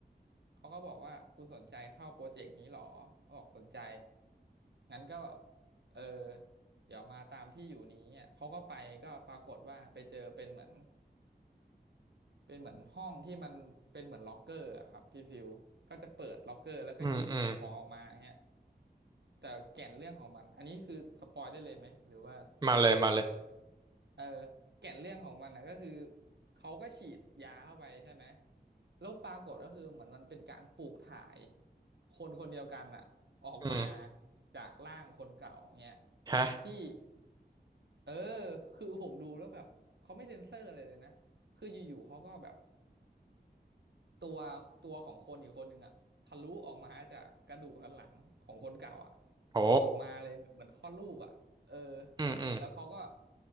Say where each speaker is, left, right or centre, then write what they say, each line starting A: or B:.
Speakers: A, on the right; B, on the right.
A: เขาก็บอกว่าคุณสนใจเข้าโปรเจกต์นี้หรอเขาบอกสนใจงั้นก็เออเดี๋ยวมาตามที่อยู่นี้อ่ะเขาก็ไปก็ปรากฏว่าไปเจอเป็นเหมือนเป็นเหมือนห้องที่มันเป็นเหมือนล็อกเกอร์อะครับพี่ฟิวก็จะเปิดล็อกเกอร์แล้วก็หยิบของออกมาเงี้ย
B: อืมอืม
A: แต่แก่นเรื่องของมันอันนี้คือสปอยได้เลยไหมหรือว่า
B: มาเลยมาเลย
A: เออแก่นเรื่องของมันนะก็คือเขาก็ฉีดยาเข้าไปใช่ไหมแล้วปรากฏก็คือเหมือนมันเป็นการปลูกถ่ายคนคนเดียวกันอะออกมา
B: อืม
A: จากร่างคนเก่าเงี้ย
B: ฮะ
A: ที่เออคือผมดูแล้วแบบเขาไม่เซ็นเซอร์เลยเลยนะคืออยู่ๆเขาก็แบบ ตัวตัวของคนอีกคนหนึ่งอะทะลุออกมาจากกระดูกสันหลังของคนเก่าอะ
B: โห
A: ออกมาเลยเหมือนคลอดลูกอะเออ
B: อืมอืม
A: แล้วเขาก็